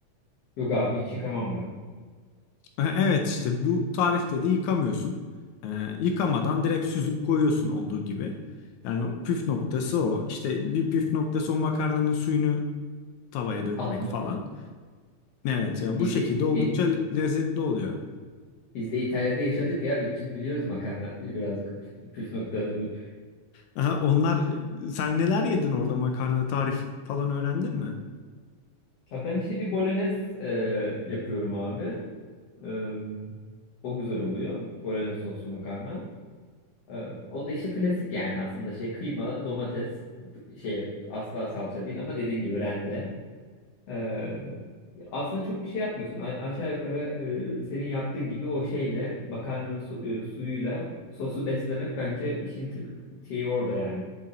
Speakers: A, on the left; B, on the left.
A: Yok abi hiç yıkamam ben.
B: E, Evet işte bu tarifte de yıkamıyorsun. E, yıkamadan direkt süzüp koyuyorsun olduğu gibi. Yani o püf noktası o. İşte bir püf noktası o makarnanın suyunu tavaya dökmek
A: Atmak.
B: falan. Evet ya
A: Biz
B: bu şekilde
A: de
B: oldukça
A: biz,
B: le- lezzetli oluyor.
A: biz de İtalya'da yaşadık ya 3 yıl biliyoruz makarna biraz püf püf noktalarını.
B: Aha, onlar e, sen neler yedin orada makarna tarif falan öğrendin mi?
A: Ha, ben işte bir bolognese e, yapıyorum abi. E, o güzel oluyor. Bolognese soslu makarna. E, o da işte klasik yani aslında şey kıyma, domates, şey asla salça değil ama dediğin gibi rende. Ee, aslında çok bir şey yapmıyorsun. A- aşağı yukarı e, senin yaptığın gibi o şeyle makarnanın su- e, suyuyla sosu beslemek bence işin tır- şeyi orada yani.